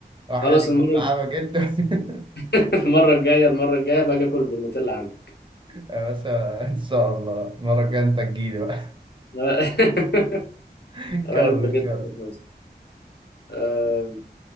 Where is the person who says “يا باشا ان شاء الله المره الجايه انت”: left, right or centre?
Right